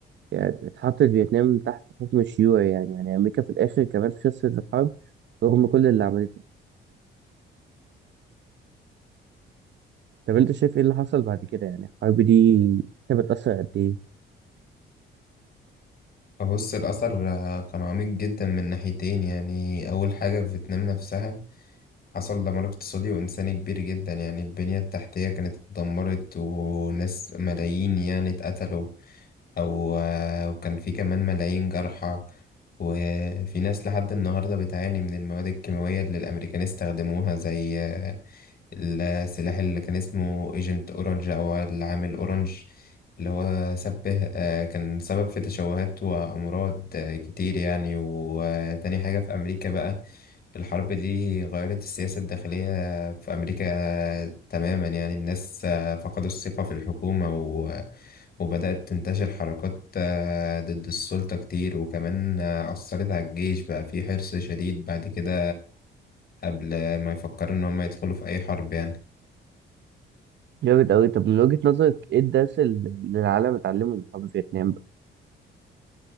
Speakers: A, on the right; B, on the left.
A: يعني اتحطت فيتنام تحت حكم الشيوعي يعني يعني أمريكا في الآخر كمان خسرت الحرب رغم كل اللي عملته طب أنت شايف إيه اللي حصل بعد كده يعني الحرب دي كانت بتأثر قد إيه؟
B: فبص الأثر آه، كان عميق جدا من ناحيتين يعني أول حاجة في فيتنام نفسها حصل دمار اقتصادي وإنساني كبير جدا يعني البنية التحتية كانت اتدمرت وناس ملايين يعني اتقتلوا أو آه، وكان في كمان ملايين جرحى وفي ناس لحد النهاردة بتعاني من المواد الكيماوية اللي الأمريكان استخدموها زي آه، السلاح اللي كان اسمه ايجنت اورنج او العامل اورنج اللي هو سبه آه، كان سبب في تشوهات وامراض آه، كتير يعني وتاني حاجة في امريكا بقى الحرب دي غيرت السياسة الداخلية في امريكا آه، تماما يعني الناس آه، فقدوا الثقة في الحكومة و وبدأت تنتشر حركات آه، ضد السلطة كتير وكمان آه، أثرت على الجيش بقى في حرص شديد بعد كده قبل ما يفكروا إن هم يدخلوا في أي حرب يعني
A: جامد أوي طب من وجهة نظرك إيه الدرس اللي اللي العالم اتعلمه من حرب فيتنام بقى؟